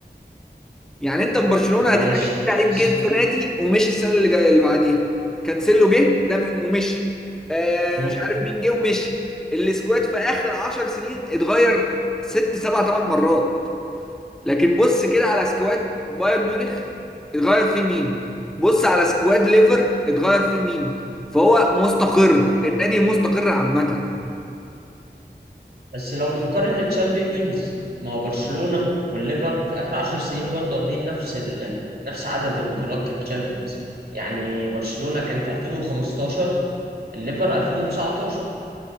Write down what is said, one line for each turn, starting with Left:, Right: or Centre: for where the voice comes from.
Centre: يعني انت في برشلونه
Right: ماشي
Centre: هتلاقي في لعيب جه
Right: س-
Centre: السنه دي ومشي السنه اللي جايه اللي بعديها كانسيلو جه ده م- ومشي آه
Right: مم.
Centre: مش عارف مين جه ومشي السكواد في اخر عشر سنين اتغير ست سبع ثمان مرات لكن بص كده على سكواد بايرن ميونخ اتغير فيه مين بص على سكواد ليفر اتغير فيه مين فهو مستقر النادي مستقر عامة
Right: بس لو بنقارن الشامبيونز ما هو برشلونة والليفر في آخر عشر سنين برضه واخدين نفس ال... نفس عدد البطولات كتشامبيونز يعني برشلونة كانت 2015 الليفر 2019